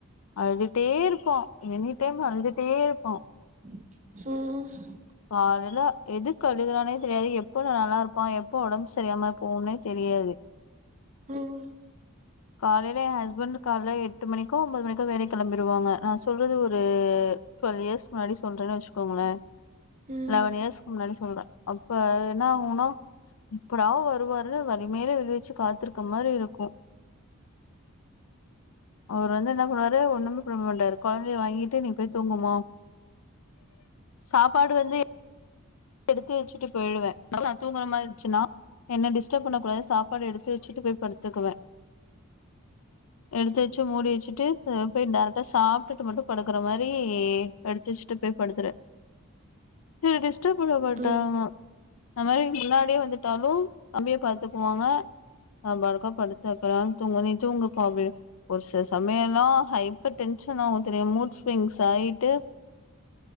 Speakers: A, on the left; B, on the right.
A: அழுதுட்டே இருப்பா எனி டைம் அழுதுட்டே இருப்பா
B: ம்
A: காலைல எதுக் கு அழுகறானே தெரியாது எப்ப நல்லா இருப்பா எப்ப ஒடம்பு சரியாம போகுன்னே தெரியாது
B: ம்
A: காலைல ஏ ஹஸ்பண்ட் கால எட்டு மணிக்கோ ஒன்பது மணிக்கோ வேலைக்கு களம்பிடுவாங்க நா சொல்றது ஒரு ட்வெல் இயர்ஸ் முன்னாடி சொல்றேன்னு வச்சுக்கோங்களே
B: ம்
A: லெவன் இயர்ஸ்க்கு முன்னாடி சொல்ற அப்ப என்ன ஆகுனா எப்படாவ வருவாரு வலிமேலே விழி வச்சு காத்திருக்க மாரி இருக்கு அவர் வந்து என்ன பண்ணுவாரு ஒன்னுமே பண்ண மாட்டாரு கொழந்தைய வாங்கிட்டு நீ போய் தூங்குமோ சாப்பாடு வந்து எடுத்து வச்சுட்டு போயிடுவ நா தூங்கற மாரி இருந்துச்சுன்னா என்ன டிஸ்டர்ப் பண்ண கூடாது சாப்பாடு எடுத்து வச்சுட்டு போய் படுத்துக்குவ எடுத்து வச்சு மூடி வச்சுட்டு போய் டார்க் சாப்ட்டுட்டு மட்டு படுக்குற மாரி எடித்துச்சட்டு போய் படுத்துருவ திருடிஸ் ச்ச பண்ண மாட்டாங்க
B: ம் ம்
A: அந்த மாரி முன்னாடியே வந்துட்டாலு தம்பிய பாத்துக்குவாங்க நம்பளுக்கு படுத்து எப்படா தூங்க நீ தூங்குபா அப்டினு ஒரு சில சமயல ஹைப்பர் டென்ஷன் அவு தெரியு மூட்ஸ்விங்ஸ் ஆயிட்டு